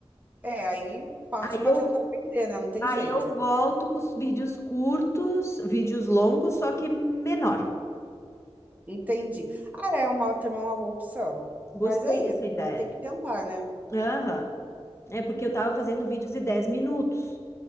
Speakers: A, on the right; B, on the left.
A: É, aí parte
B: Aí
A: para
B: eu
A: tentar vender, né? Não tem
B: Aí
A: jeito.
B: eu volto com os vídeos curtos, vídeos longos, só que menor.
A: Entendi. Ah, é uma, também é uma boa opção.
B: Gostei
A: Mas é isso,
B: dessa ideia.
A: né? Tem que tentar, né?
B: Aham. É porque eu tava fazendo vídeos de 10 minutos.